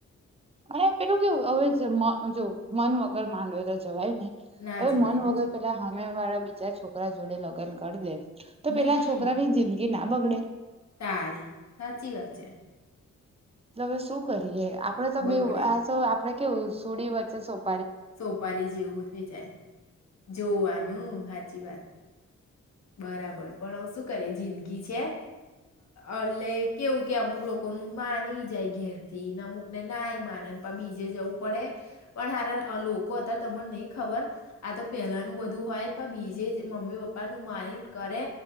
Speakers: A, on the right; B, on the left.
A: અને પેલું કેવું, હવે જો મન વગર માનવે તો જવાય નહીં.
B: ના
A: હવે
B: જવાય
A: મન
B: સાચી
A: વગર પેલા હામે વાળા. બીજા છોકરા જોડે લગન કરી દે તો
B: હમ
A: પેલા છોકરાની જિંદગી ના હ બગને
B: તારે સાચી વાત છે.
A: હવે શું કરી એ આપડે તો
B: બગડે
A: બે આપણે કે સુડી વચ્ચે સોપ
B: સોપારી જેવું થઈ જાય જોવાનું હા સાચી વાત. બરાબર પણ શું કરીએ જિંદગી છે એટલે કેવું કે અમુક લોકોનું માની જાય ઘેર થી ને અમુકને ના માનેને પણ બીજે જવું પડે પણ સાર લોકો અત્યારે તમને નઈ ખબર આ તો પેલાનું બધું હોય પણ બીજે મમ્મી પપ્પાનું મારી કરે